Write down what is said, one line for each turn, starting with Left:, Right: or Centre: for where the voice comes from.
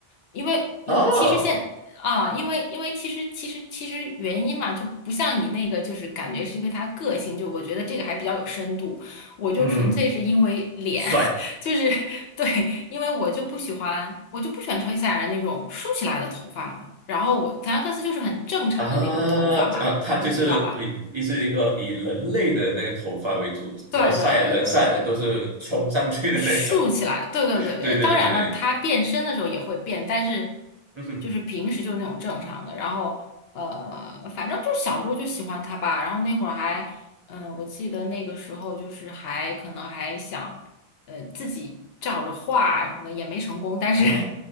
Left: 因为一其实现啊，
Right: 哦，
Left: 因为因为其实其实其实原因嘛，就不像你那个，就是感觉是因为他个性，就我觉得这个还比较有深度。我就纯粹是因为脸，
Right: 嗯，帅
Left: <laughs> 就是对，因为我就不喜欢，我就不喜欢超级赛亚人那种竖起来的头发，然后我格兰克斯就是很正常的那种头发嘛，
Right: 啊啊，他就是一是一个以人类的那个头发为主，
Left: 你知道吧？
Right: 然后赛亚人赛亚人都是冲上去的那一种。
Left: 对对对对对，竖起来，对对对对，
Right: 对对对对对，
Left: 当然了，他变身的时候也会变，但是
Right: 嗯哼，
Left: 就是平时就是那种正常的。然后呃，反正就小时候就喜欢他吧。然后那会儿还，嗯、我记得那个时候就是还可能还想，呃，自己照着画什么的，也没成功。但是
Right: 啊，